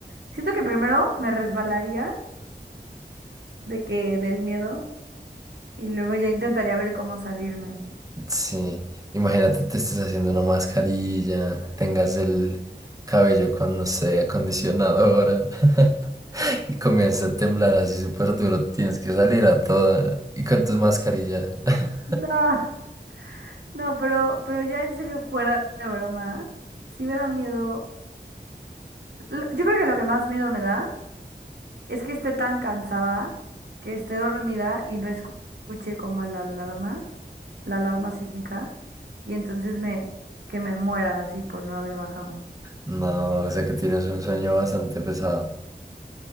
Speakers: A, on the right; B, on the right.
A: Siento que primero me resbalaría de que del miedo y luego ya intentaría ver cómo salirme.
B: Sí. Imagínate, te estés haciendo una mascarilla, tengas el cabello con, no sé, acondicionador <laughs> y comienza a temblar así súper duro. Tienes que salir a toda y con tus mascarillas. <laughs>
A: No. No, pero, pero ya en serio, fuera de broma, sí me da miedo. Lo- Yo creo que lo que más miedo me da es que esté tan cansada, que esté dormida y no escu- escuche como la alarma, la alarma sísmica, y entonces me, que me muera así por no haber bajado.
B: No, o sea que tienes un sueño bastante pesado.